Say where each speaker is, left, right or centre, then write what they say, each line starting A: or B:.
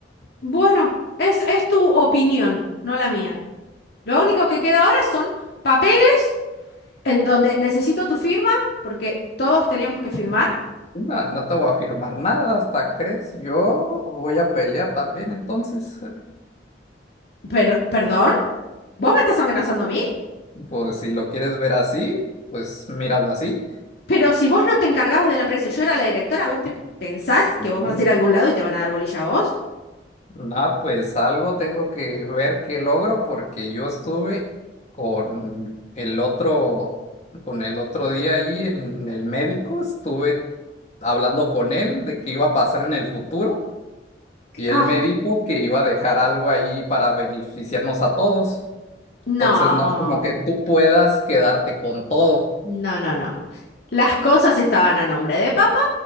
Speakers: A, on the left; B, on the left.
A: Bueno, es, es tu opinión, no la mía. Lo único que queda ahora son papeles en donde necesito tu firma, porque todos teníamos que firmar.
B: No, no te voy a firmar nada, hasta crees. Yo voy a pelear también, entonces.
A: Pero, ¿perdón? ¿Vos me estás amenazando a mí?
B: Pues si lo quieres ver así, pues míralo así.
A: Pero si vos no te encargabas de la empresa y yo era la directora, ¿vos te pensás que
B: Ujú.
A: vos vas a ir a algún lado y te van a dar bolilla a vos?
B: Nah, pues algo tengo que ver qué logro porque yo estuve con el otro, con el otro día ahí en el médico, estuve hablando con él de qué iba a pasar en el futuro
A: Que-
B: y
A: Ah,
B: él me dijo que iba a dejar algo ahí para beneficiarnos a todos.
A: no,
B: Entonces no es como que tú puedas quedarte con todo.
A: no, no, no. Las cosas estaban a nombre de papá,